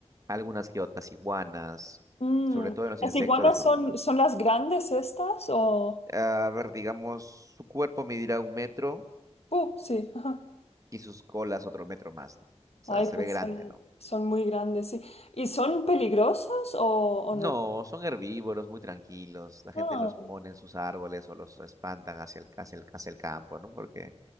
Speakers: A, on the right; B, on the left.
A: algunas que otras iguanas,
B: Mm.
A: sobre todo en los
B: ¿Las
A: insectos,
B: iguanas
A: las hormigas.
B: son, son las grandes estas o...?
A: A ver, digamos, su cuerpo medirá un metro
B: Uh, sí. ajá.
A: y sus colas otro metro más, ¿no? O sea,
B: Ay,
A: se
B: pues
A: ve grande,
B: son,
A: ¿no?
B: son muy grandes, sí. ¿Y son peligrosos o, o
A: No,
B: no?
A: son herbívoros, muy tranquilos. La gente
B: Ah,
A: los pone
B: ok,
A: en sus árboles o los espantan hacia el, hacia el, hacia el campo, ¿no? Porque